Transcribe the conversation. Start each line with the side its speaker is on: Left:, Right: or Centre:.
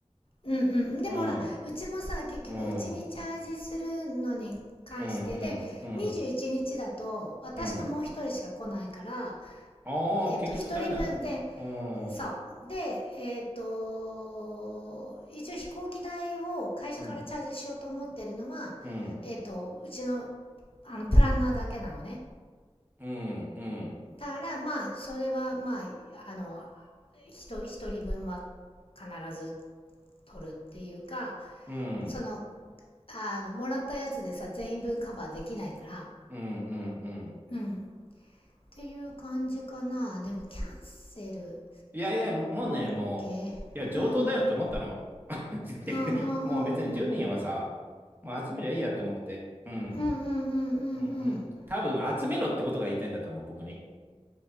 Left: うん。でもほら、
Right: うん。
Left: うちもさ、結局うちにチャージするのに関してで、
Right: うん。うん。うん。うん。
Left: 21日だと私ともう一人しか来ないから、
Right: うん。ああ、
Left: えっと、
Right: 結局2人なのうん。
Left: 一人分で、そうでえっ、と一応飛行機代を会社からチャージしようと思ってるのはえっ、
Right: うん。うん。
Left: とうちのあのプランナーだけなのね
Right: うん。うん。
Left: だからまあそれはまああの 1, ひと一人分は必ず取るっていうか
Right: うん。うん。
Left: そのあのもらったやつでさ全員分カバーできないから
Right: うん。うん。
Left: うんっていう感じかなでもキャンセル
Right: いやいや、ももうね、
Left: OK
Right: もう、いや、上等だよと思ったの。
Left: うんうん
Right: <laughs> だってもう別に10人はさ、
Left: うんうんうん
Right: もう集めりゃいいやって思って。うん。
Left: うんうんうんうんうん。
Right: うんうん。多分集めろってことが言いたいんだと思う、僕に。